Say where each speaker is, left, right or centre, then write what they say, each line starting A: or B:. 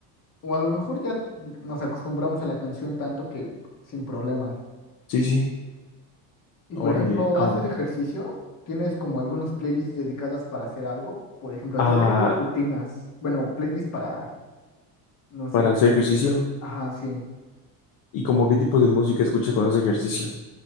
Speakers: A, on the left (about 40°); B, on the left (about 60°).
A: O a lo mejor ya nos acostumbramos a la canción tanto que sin problemas.
B: Sí, sí.
A: Y
B: Órale.
A: por ejemplo,
B: am,
A: ¿haces ejercicio? ¿Tienes como algunos playlists dedicadas para hacer algo? Por ejemplo,
B: ah,
A: yo tengo rutinas, bueno, playlists para, no sé,
B: para hacer ejercicio.
A: ajá, sí.
B: ¿Y como qué tipo de música escuchas cuando haces ejercicio?